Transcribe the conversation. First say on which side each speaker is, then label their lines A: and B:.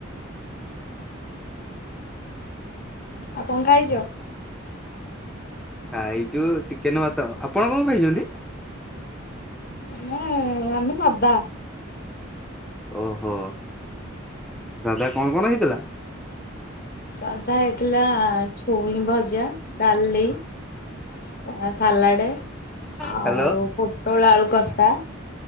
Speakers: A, on the left; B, in the centre.
A: ଆଉ କଣ ଖାଇଚ?
B: ଖାଇଛୁ ଚିକେନ ଭାତ। ଆପଣ କଣ ଖାଇଛନ୍ତି?
A: ମୁଁ ଆମେ ସାଧା।
B: ଓହୋ। ସାଧା କଣ କଣ ହେଇଥିଲା?
A: ସାଧା ହେଇଥିଲା ଛୁଇଁ ଭଜା ଡାଲି ତା ସଲାଡେ ଆଉ
B: ହ୍ୟାଲୋ
A: ପୋଟୋଳ ଆଳୁ କଷା